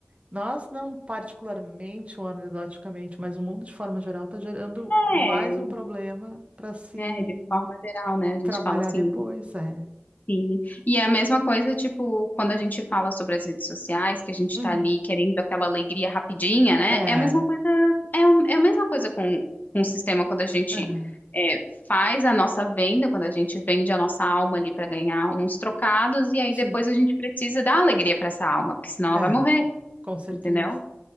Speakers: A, on the right (about 30°); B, on the left (about 45°).
A: Nós não particularmente ou anedoticamente, mas o mundo de forma geral está gerando mais
B: É,
A: um problema para se
B: é, de forma geral, né? A gente
A: trabalhar
B: fala assim,
A: depois, é.
B: sim. E é a mesma coisa, tipo, quando a gente fala sobre as redes sociais, que a gente
A: Uhum.
B: tá ali querendo aquela alegria rapidinha, né?
A: É,
B: É a mesma coisa, é, o- é a mesma coisa com, com o sistema quando a gente
A: aham,
B: é, faz a nossa venda, quando a gente vende a nossa alma ali para ganhar uns trocados, e aí
A: Sim,
B: depois a gente precisa dar alegria para essa alma, porque senão ela
A: é,
B: vai morrer,
A: com certeza.
B: entendeu?